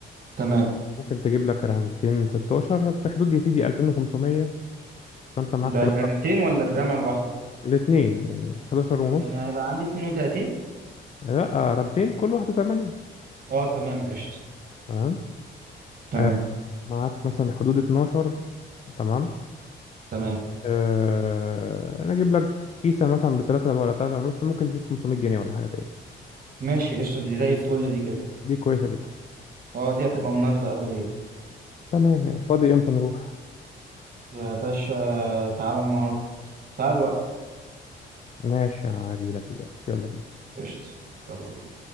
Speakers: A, on the right (about 50°); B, on the left (about 35°).
A: تمام
B: ممكن تجيب لك رامتين 16 في حدود يا سيدي 2500 فانت معاك
A: ده
B: 11
A: الرامتين ولا الرامة الواحدة
B: الاثنين يعني 11 ونص
A: يعني هيبقى عندي 32
B: لا رامتين كل واحده 8
A: اه تمام قشطة
B: تمام
A: تمام
B: آه، معاك مثلا حدود 12 تمام
A: تمام
B: آه، انا اجيب لك كيسه مثلا ب 3 ولا 3 ونص ممكن تزيد 500 جنيه ولا حاجه تاني
A: ماشي قشطة دي زي الفل دي كده
B: دي كويسه جدا
A: اه دي هتبقى مناسبة أوي ليا
B: تمام يعني فاضي امتى نروح
A: يا باشا تعالى النهاردة تعال الوقت
B: ماشي هاجي لك دلوقتي يلا بينا
A: قشطة يلا بينا